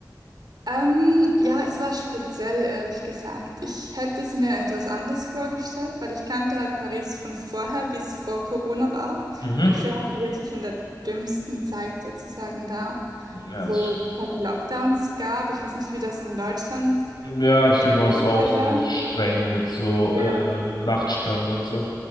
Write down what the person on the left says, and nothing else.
Mhm.
Ja,
das stimmt.
Ja,
hier war es auch
so streng mit so
ähm, Nachtsperren und so.